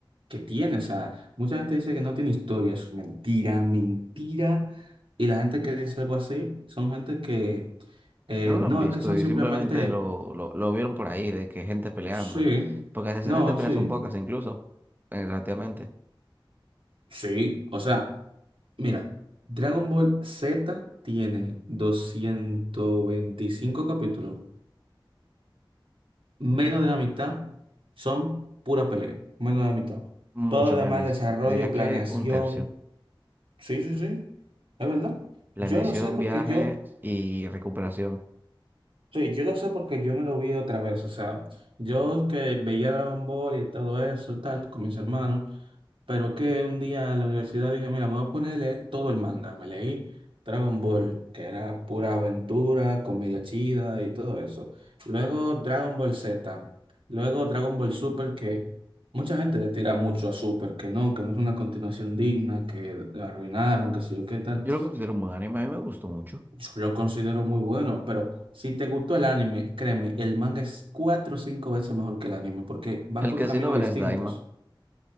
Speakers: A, on the right; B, on the right.
A: que tiene, o sea, mucha gente dice que no tiene historia, eso es mentira, mentira, y la gente que dice algo así son gente que... Eh,
B: No lo
A: no,
B: han visto
A: es que son
B: y
A: simplemente
B: simplemente lo, lo, lo vieron por ahí, de que gente peleando.
A: Sí,
B: Porque las escenas
A: no,
B: de pelea
A: sí,
B: son pocas incluso, eh, relativamente.
A: sí, o sea, mira, Dragon Ball Z tiene 225 capítulos, menos de la mitad son pura pelea, menos de la mitad.
B: Mucho
A: Todo lo
B: menos.
A: demás desarrollo,
B: Diría
A: planeación,
B: que un tercio.
A: sí, sí, sí, es verdad.
B: Planeación,
A: Yo no sé porque
B: viaje
A: yo
B: y recuperación.
A: Sí, yo lo sé porque yo me lo vi otra vez. O sea, yo que veía Dragon Ball y todo eso, tal, con mis hermanos, pero que un día en la universidad dije, mira, me voy a poner a leer todo el manga. Me leí Dragon Ball, que era pura aventura, comedia chida y todo eso. Luego Dragon Ball Z. Luego Dragon Ball Super, que mucha gente le tira mucho a Super, que no, que no es una continuación digna, que la arruinaron, que sé yo qué tal.
B: Yo lo considero un buen anime, a mí me gustó mucho.
A: Yo lo considero muy bueno, pero si te gustó el anime, créeme, el manga es cuatro o cinco veces mejor que el anime, porque van
B: El
A: por
B: que
A: caminos
B: sí no verás
A: distintos.
B: Daima.